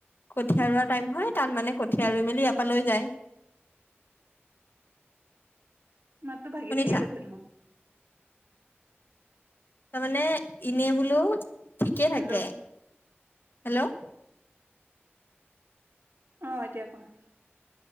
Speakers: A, on the left (about 55°); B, on the right (about 65°).
A: কঠীয়া ৰুৱা টাইম হয় তাত মানে কঠীয়া লৈ মেলি ইয়াৰ পৰা লৈ যায়।
B: মাতটো ভাগি
A: শুনিছা
B: ভাগি গৈছে তোমাৰ।
A: তাৰমানে এনেই বোলো ঠিকে
B: হেল্ল'
A: থাকে। হেল্ল'!
B: অঁ, এতিয়া কোৱা?